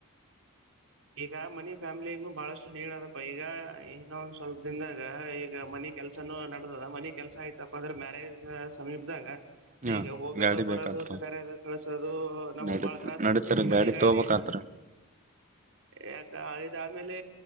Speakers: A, on the right; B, on the right.
A: ಈಗ ಮನಿ ಫ್ಯಾಮಿಲಿ ಬಹಳಷ್ಟು ನೀಡ್ದಪ್ಪ ಈಗ ಇನ್ನೊಂದ್ ಸ್ವಲ್ಪದಿಂದಾಗ ಈಗ ಮನಿ ಕೆಲಸನ ನಡೆದ ಮನೆ ಕೆಲಸ ಆಯ್ತು ಇಪ್ಪ ಅಂದ್ರೆ ಮ್ಯಾರೇಜ್ ಸಮೀಪದಾಗ
B: ಹ
A: ಈಗ ಹೋಗೋದು
B: ಗಾಡಿ
A: ಬರೋದು
B: ಬೇಕತ್ರ
A: ಕರದು ಕಳ್ಸೋದು ನಮ್ಮ
B: ನಡೀತ್
A: ಬಾಳ ತ್ರಾಸ್
B: ನಡೀತಾರ
A: ಆಗ್ತದೆ
B: ಗಾಡಿ
A: ಮನೆಗಾಡಿ
B: ತಗೋಬೇಕಂತ್ರ
A: ಯಾಕ ಇದ ಆಮೇಲೆ